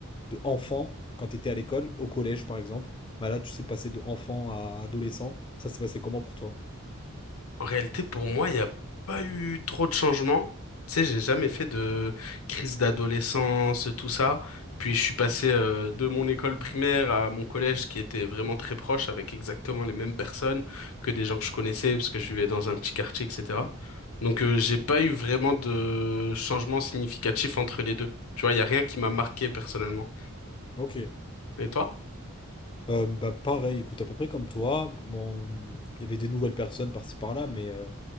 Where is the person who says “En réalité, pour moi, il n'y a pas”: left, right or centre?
Left